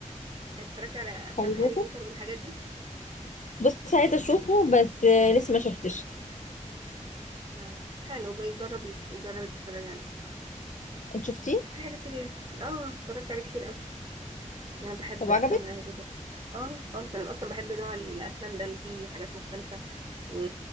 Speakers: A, on the right; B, on the left.
A: اتفرجتي على افلام
B: في هاري بوتر
A: هاري بوتر والحاجات دي
B: بص عايزة اشوفه بس آه، لسه ما شفتش
A: اه حلو بقى جربي جربي تتفرجي عليه
B: انت شفتيه
A: في حاجات كتير اه اتفرجت عليه كتير قوي يعني انا بحب
B: طب
A: افلام
B: عجبك
A: هاري بوتر اه خالص انا اصلا بحب نوع الافلام ده اللي فيه حاجات مختلفه و...